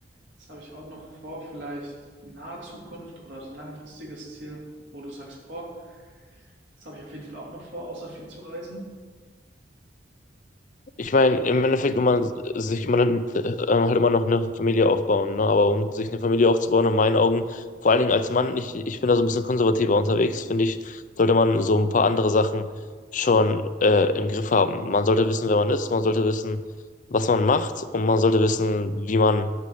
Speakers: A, on the right; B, on the left.
A: das habe ich auch noch vor, vielleicht in naher Zukunft oder so ein langfristiges Ziel, wo du sagst, boah, das habe ich auf jeden Fall auch noch vor, außer viel zu reisen?
B: Ich meine, im Endeffekt will man sich immer dann, äh, äh, halt immer noch eine Familie aufbauen, ne? Aber um sich eine Familie aufzubauen, in meinen Augen, vor allen Dingen als Mann, ich, ich bin da so ein bisschen konservativer unterwegs, finde ich, sollte man so ein paar andere Sachen schon äh, im Griff haben. Man sollte wissen, wer man ist, man sollte wissen, was man macht und man sollte wissen, wie man